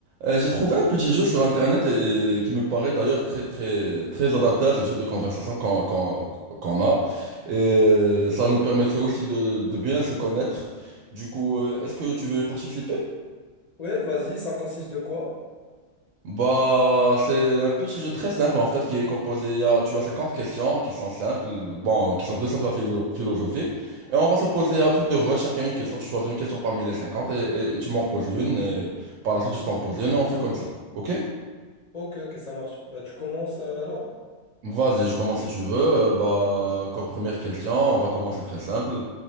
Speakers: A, on the right (about 75°); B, on the left (about 40°).
A: Euh, j'ai trouvé un petit jeu sur Internet euh, qui me paraît d'ailleurs très très très adapté à ce type de conversation qu'on qu'on qu'on a. Et ça nous permettrait aussi de, de bien se connaître. Du coup, euh, est-ce que tu veux y participer?
B: Ouais, vas-y, ça consiste de quoi?
A: Bah, c'est un petit jeu très simple en fait qui est composé. il y a- tu as 50 questions qui sont simples, de- bon, qui sont deux simples à philo- philosophiques. Et on va se poser à tour de rôle chacun une question. Tu choisis une question parmi les 50 et, et- et tu m'en poses une. Et par la suite, je t'en pose une et on fait comme ça. OK?
B: Ok, ok, ça marche. Bah, tu commences euh, alors?
A: Vas-y, je commence si tu veux. Euh, bah, comme première question, on va commencer très simple.